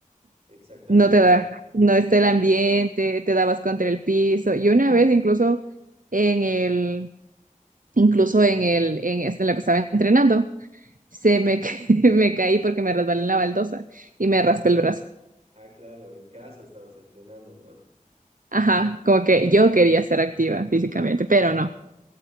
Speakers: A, on the right; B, on the right.
A: exactamente.
B: No te da, no está
A: Yo,
B: el ambiente, te dabas contra el piso. Y una vez incluso en el, incluso en el, en, este, en lo que estaba entrenando. se me, ca- <laughs> me caí porque me resbalé en la baldosa y me raspé el brazo.
A: ah, claro, en casa estabas entrenando, ¿no?
B: Ajá, como que yo quería ser activa físicamente, pero no.